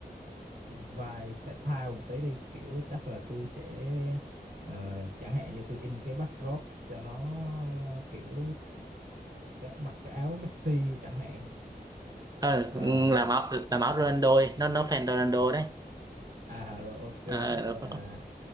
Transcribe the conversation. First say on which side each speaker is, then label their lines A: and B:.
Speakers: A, on the right; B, on the right.
A: vai thể thao một tí đi kiểu chắc là tôi sẽ ờ, chẳng hạn như tôi in cái backdrop cho nó kiểu cái mặc cái áo Messi chẳng hạn
B: ờ,
A: ờ
B: làm áo làm áo Ronaldo ấy, nó nó fan Ronaldo đấy
A: à rồi ok vậy
B: à, nó
A: là
B: có-